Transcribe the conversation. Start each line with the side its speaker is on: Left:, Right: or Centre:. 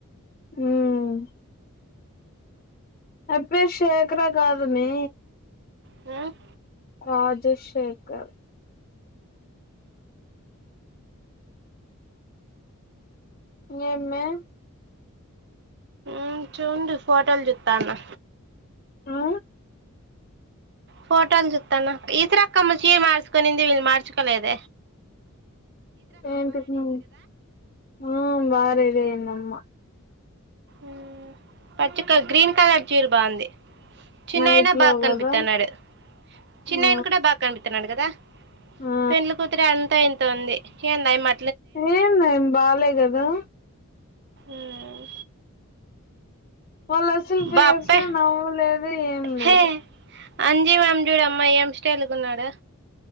Left: హ్మ్మ్ అప్రిషియేట్ చకర కాదుమీ
Right: హ్మ్మ్
Left: రాజశేఖర్ ఏమె
Right: ఉం చుంజు హోటల్ జు తను
Left: ఆ
Right: ఫోటోలు జుత్తాన ఈసరకమ చీర మార్స్కోని దే ఇల్లు మార్చుకోలేద
Left: ఏ ఇంతకుముందు ఊమ్ బా రెడీ అయ్యే అమ్మ
Right: ఊమ్ పచ్చిక గ్రీన్ కలర్ ఛీర బాగుంది చిన్నయన
Left: నైట్ లో
Right: బాగా కనిపిత్తన్నాడు
Left: కదా
Right: చిన్నయన
Left: ఆ
Right: కూడా బాగా కనిపితున్నాడు కదా
Left: ఆ
Right: పెండ్లు కూతురి అంతా వుంది ఏంది అ అమ్మా
Left: ఏం నేం బాలే కదా
Right: ఊమ్
Left: వాళ్ళు అసలు ఫేస్
Right: బాప్పే
Left: లో నవ్వులేదు ఏం లేదు
Right: హే అంజీ మాం చూడు అమ్మాయి ఏం స్టయిల్గున్నాడా